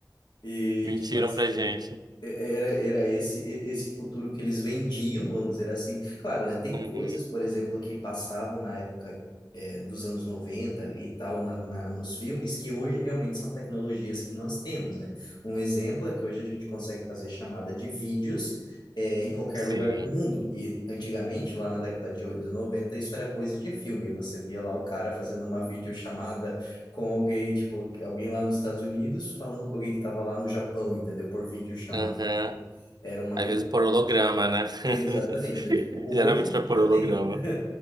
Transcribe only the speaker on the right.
Mentiram
pra gente.
Uhum.
Sim.
Aham.
Às
vezes por holograma, né? <laughs>
Geralmente
era
por
holograma.